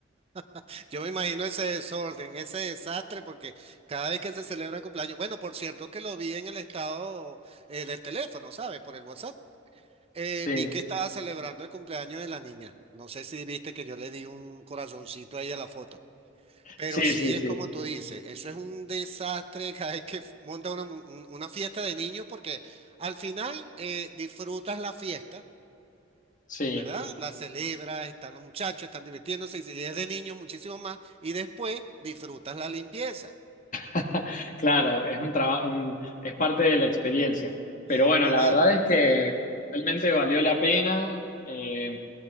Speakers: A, on the right; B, on the left.
A: <laughs> Yo me imagino ese desorden, ese desastre, porque cada vez que se celebra el cumpleaños, bueno, por cierto que lo vi en el estado eh, del teléfono, ¿sabes? Por el WhatsApp. eh,
B: Sí,
A: vi que estaba celebrando el cumpleaños de la niña. No sé si viste que yo le di un corazoncito ahí a la foto. Pero
B: sí,
A: sí
B: sí,
A: es
B: sí,
A: como tú dices, eso es un desastre cada vez que f- monta una, mu- un- una fiesta de niños porque al final eh, disfrutas la fiesta,
B: sí.
A: ¿verdad? La celebras, están los muchachos, están divirtiéndose y si es de niños muchísimo más y después disfrutas la limpieza.
B: <laughs> Claro, es un trabajo, es parte de la experiencia. Pero
A: <laughs>
B: bueno,
A: No
B: la
A: va,
B: verdad es que realmente valió la pena, eh,